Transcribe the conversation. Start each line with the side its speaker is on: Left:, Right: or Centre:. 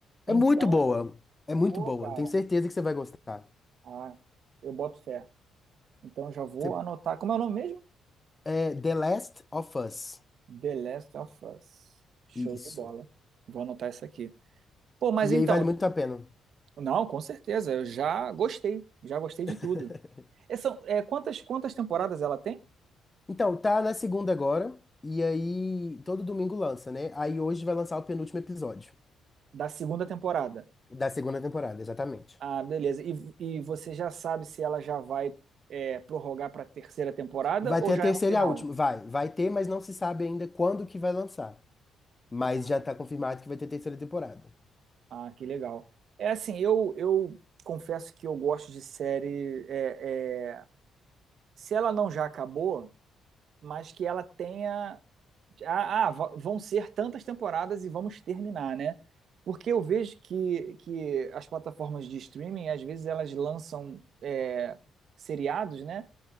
Left: É
Right: Então,
Left: muito boa, é muito
Right: pô,
Left: boa,
Right: cara,
Left: tenho certeza que você vai gostar.
Right: ah, eu boto fé. Então, eu já vou
Left: Você-
Right: anotar. Como é o nome mesmo?
Left: É The Last of Us,
Right: The Last of Us. Show
Left: isso.
Right: de bola. Vou anotar isso aqui. Pô, mas
Left: E
Right: então,
Left: aí vale muito a pena.
Right: Não, com certeza. Eu já gostei. Já gostei de
Left: <laughs>
Right: tudo. É, são, é, quantas, quantas temporadas ela tem?
Left: Então, tá na segunda agora, e aí todo domingo lança, né? Aí hoje vai lançar o penúltimo episódio
Right: Da segunda temporada.
Left: da segunda temporada, exatamente.
Right: Ah, beleza. E, e você já sabe se ela já vai é, prorrogar para a terceira temporada
Left: Vai
Right: ou
Left: ter
Right: já
Left: a terceira
Right: é um final?
Left: e a última. Vai, vai ter, mas não se sabe ainda quando que vai lançar. Mas
Right: Ah,
Left: já tá confirmado que vai ter terceira temporada.
Right: ah, que legal. É assim, eu, eu confesso que eu gosto de série. é, é, se ela não já acabou, mas que ela tenha Ah, ah, va- vão ser tantas temporadas e vamos terminar, né? Porque eu vejo que, que as plataformas de streaming, às vezes, elas lançam é, seriados, né?